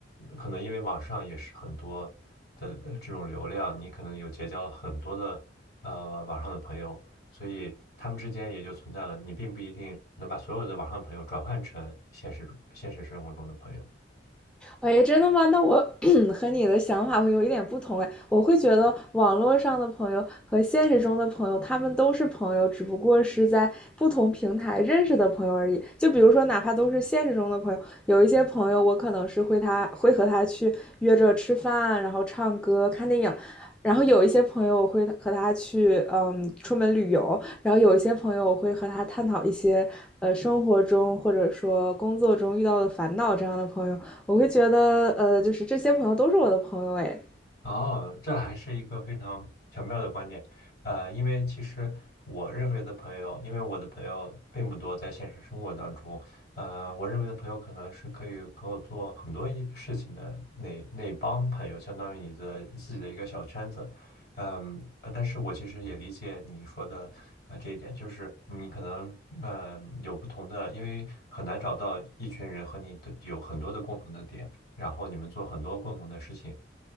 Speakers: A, on the left; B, in the centre.
A: 可能因为网上也是很多的呃这种流量，你可能有结交了很多的呃网上的朋友，所以他们之间也就存在了，你并不一定能把所有的网上朋友转换成现实现实生活中的朋友。
B: 喂，真的吗？那我 <clears throat> 和你的想法会有一点不同哎，我会觉得网络上的朋友和现实中的朋友，他们都是朋友，只不过是在不同平台认识的朋友而已。就比如说，哪怕都是现实中的朋友，有一些朋友我可能是会他会和他去约着吃饭，然后唱歌、看电影。然后有一些朋友我会和他去，嗯，出门旅游。然后有一些朋友我会和他探讨一些，呃，生活中或者说工作中遇到的烦恼这样的朋友。我会觉得，呃，就是这些朋友都是我的朋友，哎，
A: 哦，这还是一个非常巧妙的观点，呃，因为其实我认为的朋友，因为我的朋友并不多，在现实生活当中，呃，我认为的朋友可能是可以和我做很多一事情的那那帮朋友，相当于你的自己的一个小圈子，嗯，呃但是我其实也理解你说的呃这一点，就是你可能呃有不同的，因为很难找到一群人和你的有很多的共同的点，然后你们做很多共同的事情。